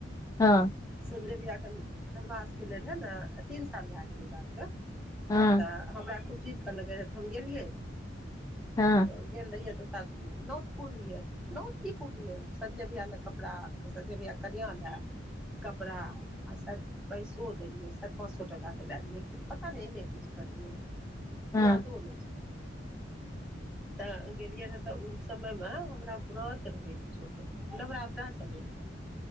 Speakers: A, on the left (about 20°); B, in the centre.
A: हँ
B: संजय भयाक <inaudible> तीन साल भऽ गेलै बात कऽ
A: हँ
B: हम खूब जिद कर लगै रहै तऽ हम गेलियै रहए
A: हँ
B: त गेल रहियै तऽ त नोत पुरलियै नोत की पुरलियै संजय भया ल कपड़ा संजय भया कनिया ल कपड़ा आ शायद पैसो देलियैै पाँच सो टका देले रहिैयै की पता नहि एहने किछु करलियै रहे
A: हँ
B: यादो नहि छै तऽ गेलियै रहे तऽ ओ समय मे हमरा व्रत रहे किछु के नवरात्रा चले रहे <unintelligible>